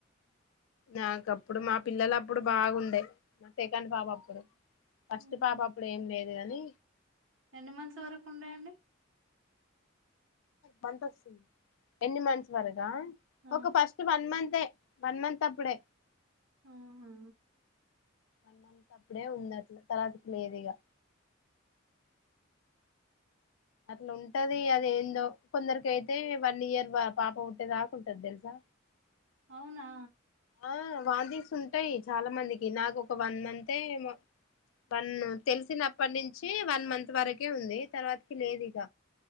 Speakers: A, on the left; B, on the right.
A: నాకప్పుడు మా పిల్లలు అప్పుడు బాగుండే మా సేకాండ పాప అప్పుడు. ఫస్ట్
B: ఉహు
A: పాప అప్పుడు ఏం లేదు గాని.
B: ఎన్ని మంత్స్ వరకు ఉండయండి
A: మంత వస్తుంది ఎన్ని మంత్స్ మరక.
B: ఆ
A: ఒక ఫస్ట్ వన్ మంతే వన్ మంత్ అప్పుడే.
B: ఆహా.
A: వన్ మంత్ అప్పుడే ఉంది అట్లా తర్వాతకి లేదు ఇగా. అట్లా ఉంటది అద ఏందో కొందరికి అయితే వన్ ఇయర్ పాప పుట్టేదాకా ఉంటది తెలుసా.
B: అవునా.
A: ఆ వాంతింగ్స్ ఉంటాయి చాలా మందికి నాకు ఒక వన్ మంతే ఏమో. వన్ తెలిసినప్పటి నుంచి వన్ మంత్ వరకే ఉంది తర్వాతకి లేదు ఇగ.